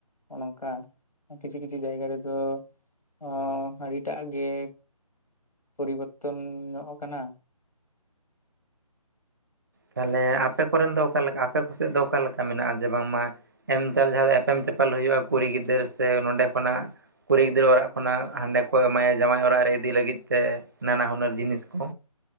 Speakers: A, on the left; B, on the right.
A: ᱚᱱᱚᱝᱠᱟ ᱠᱤᱪᱷᱩ ᱠᱤᱪᱷᱩ ᱡᱟᱭᱜᱟ ᱨᱮᱫᱚ ᱚ ᱟᱰᱤᱴᱟᱜ ᱜᱮ ᱯᱚᱨᱤᱵᱚᱨᱛᱚᱱ ᱧᱚᱜ ᱟᱠᱟᱱᱟ᱾
B: ᱛᱟᱦᱞᱮ ᱟᱯᱮ ᱠᱚᱨᱮᱱ ᱫᱚ ᱚᱠᱟ ᱞᱮᱠᱟ ᱟᱯᱮ ᱠᱚᱥᱮᱫ ᱫᱚ ᱚᱠᱟ ᱞᱮᱠᱟ ᱢᱮᱱᱟᱜᱼᱟ ᱡᱮ ᱵᱟᱝᱢᱟ ᱮᱢ ᱪᱟᱞ ᱡᱟᱸᱦᱟᱸ ᱫᱚ ᱮᱯᱮᱢ ᱪᱟᱯᱟᱞ ᱦᱩᱭᱩᱜᱼᱟ ᱠᱩᱲᱤ ᱜᱤᱫᱟᱹᱨ ᱥᱮ ᱱᱚᱸᱰᱮ ᱠᱷᱚᱱᱟᱜ ᱠᱩᱲᱤ ᱜᱤᱫᱽᱨᱟᱹ ᱚᱲᱟᱜ ᱠᱷᱚᱱᱟᱜ ᱦᱟᱸᱰᱮ ᱠᱚ ᱮᱢᱟᱭᱟ ᱡᱟᱶᱟᱭ ᱚᱲᱟᱜ ᱨᱮ ᱤᱫᱤ ᱞᱟᱹᱜᱤᱫ ᱛᱮ ᱱᱟᱱᱟ ᱦᱩᱱᱟᱹᱨ ᱡᱤᱱᱤᱥ ᱠᱚ